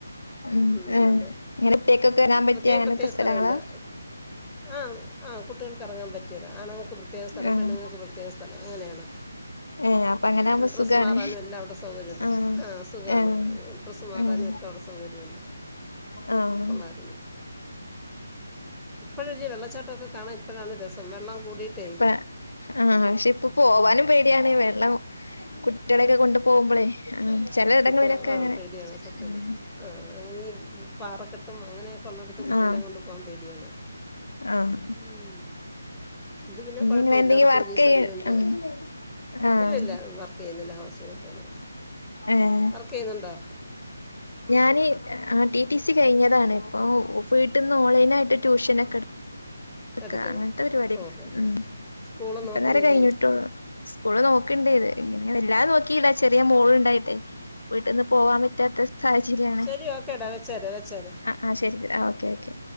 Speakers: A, on the left; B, in the centre.
A: ഉം
B: മ്
A: ആഹ്
B: അതെ
A: ഇങ്ങനെ ഒറ്റക്കൊക്കെ വരാൻ
B: മ്
A: പറ്റിയ
B: പ്രത്യേകം
A: അങ്ങനൊക്കെ
B: പ്രത്യേകം
A: സ്ഥലങ്ങളാ
B: സ്ഥലമുണ്ട് ആഹ് ആ കുട്ടികൾക്ക് ഇറങ്ങാൻ പറ്റിയത് ആണുങ്ങൾക്ക് പ്രത്യേക സ്ഥലം
A: ആഹ്
B: പെണ്ണുങ്ങൾക്ക് പ്രത്യേക സ്ഥലം അങ്ങനെയാണ്
A: ഏഹ് അപ്പൊ അങ്ങനെ
B: പിന്നെ
A: ആവുമ്പോ
B: ഡ്രസ്സ്
A: സുഖാണ്
B: മാറാനും എല്ലാം അവിടെ സൗകര്യമുണ്ട്
A: ആഹ്
B: ആ അസുഖാണ്
A: ആഹ്
B: ഡ്രസ്സ് മാറാനുമൊക്കെ
A: ഉം
B: അവിടെ സൗകര്യമുണ്ട്
A: ആഹ്
B: കൊള്ളാരുന്ന്. ഇപ്പഴല്ലേ വെള്ളച്ചാട്ടൊക്കെ കാരണം ഇപ്പഴാണ് രസം വെള്ളം കൂടിട്ടെ
A: ഇപ്പ ആഹ് പക്ഷെ ഇപ്പൊ പോവാനും പേടിയാണ് വെള്ളം കുട്ടികളെയൊക്കെ കൊണ്ടു പോകുമ്പോളെ ആഹ് ചെലയിടങ്ങളിലൊക്കെ
B: പുട്ട ആഹ്
A: അങ്ങനെ
B: പേടിയാണ് സത്യം
A: ഉം
B: ആഹ് അങ്ങനെ ഈ പാറക്കെട്ടും അങ്ങനെയൊക്കെ ഉള്ളടുത്ത് കുട്ടികളെകൊണ്ട്
A: ആഹ്
B: പോകാൻ പേടിയാണ്.
A: ആഹ്
B: ഉം ഇത് പിന്നെ കൊഴപ്പമില്ല
A: ഇങ്ങള് എന്തെങ്കിലും
B: അവിടെ
A: വർക്ക്
B: പോലീസൊക്കെ
A: ചെയ്യ
B: ഉണ്ട്.
A: ആഹ് ആഹ്
B: ഇല്ല ഇല്ല വർക്ക് ചെയ്യുന്നില്ല ഹൗസ് വൈഫ് ആണ്.
A: ഏഹ്
B: ബുക് ചെയ്യുന്നുണ്ടാ
A: ഞാന് ആഹ് ടി റ്റിസി കഴിഞ്ഞതാണ് ഇപ്പൊ വീട്ടിന്ന് ഓൺലൈനായിട്ട് ട്യൂഷൻ ഒക്കെ എക്ക
B: എടുക്കുന്നത്
A: അങ്ങനത്തെ പരിപാടി
B: ഓ ഹോ ഹോ
A: ഉം
B: സ്കൂൾ
A: ഇപ്പ
B: നോക്കുന്നില്ലേ
A: നേരെ കഴിഞ്ഞിട്ടുള്ളു. സ്കൂള് നോക്കിണ്ടേ ഇത് ഇങ്ങനെയ എല്ലാരും നോക്കിയില്ല ചെറിയ മോൾ ഉണ്ടായിട്ട് വീട്ടിന്ന് പോവാൻ പറ്റാത്ത സാഹചര്യമാണ്
B: ശരി ഓക്കേടാ വെച്ചേരെ വെച്ചേരെ
A: അഹ് ആഹ് ശരി ടഓക്കെ ഓക്കെ